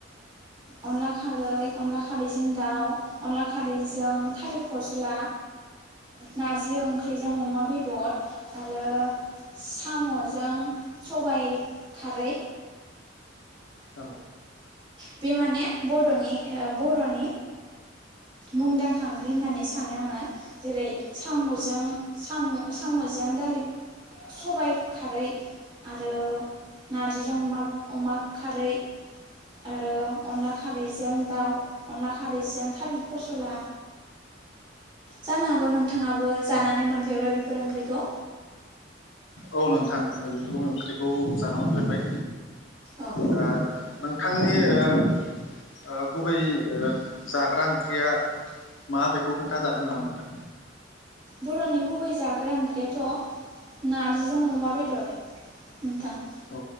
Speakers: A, on the right; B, on the left.
A: अनला खारै अनला खारैजों दाउ अनला खारैजों थालिर फस्ला नारजि ओ ओंख्रिजों अमा बेदर आरो साम'जों सबाइ खारै।
B: औ
A: बे माने नि बर'नि मुंदांखां ओंख्रि होननानै सानो आङो जेरै साम'जों साम'जों दालि सबाय खारै आरो नारजिजों अमा खारै आरो अनला खारैजों दाउ अनला खारैजों थालिर फसला जानो हागौ नोंथाङाबो जानानै
B: औ
A: मोनफेरबाय बेफोर ओंख्रिखौ
B: औ नोंथां बेफोरखौनो ओंख्रिखौ जानो मोनफेरबाय?
A: औ
B: आ नोंथांनिओ गुबै जाग्रा ओंख्रिया मा बेखौ खोन्थाजागोन नामा नोंथां?
A: बर'नि गुबै जाग्रा ओंख्रियाथ' नारजिजों अमा बेदर नोंथां
B: औ